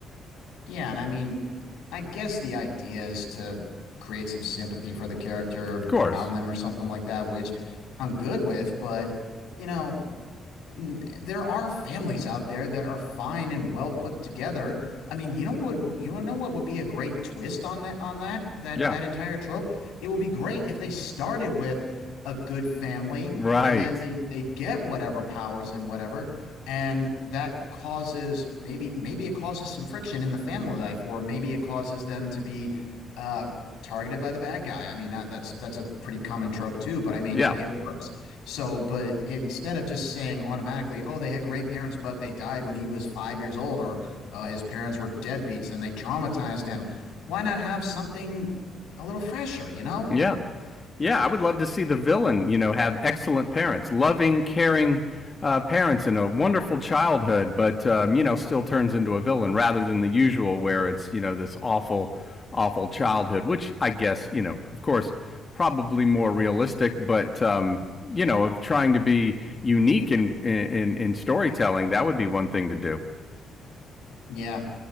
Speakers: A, on the left (about 85°); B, on the left (about 30°).
A: Yeah, and I mean, I guess the idea is to create some sympathy for the character,
B: Of course,
A: ground them or something like that, which I'm good with, but you know, n- there are families out there that are fine and well put together. I mean, you know what would you know what would be a great twist on that on that that
B: yeah,
A: that entire trope? It would be great if they started with a good family
B: right,
A: and then they they get whatever powers and whatever, and that causes maybe maybe it causes some friction in the family life, or maybe it causes them to be uh targeted by the bad guy. I mean, uh, that's that's a pretty common trope too, but I mean,
B: yeah,
A: it works. So, but instead of just saying automatically, oh, they had great parents, but they died when he was five years old, or uh, his parents were deadbeats and they traumatized him, why not have something a little fresher, you know?
B: yeah. Yeah, I would love to see the villain, you know, have excellent parents, loving, caring uh, parents, and a wonderful childhood, but um, you know, still turns into a villain rather than the usual, where it's you know this awful, awful childhood, which I guess you know, of course, probably more realistic, but um, you know, of trying to be unique in in in storytelling, that would be one thing to do.
A: Yeah.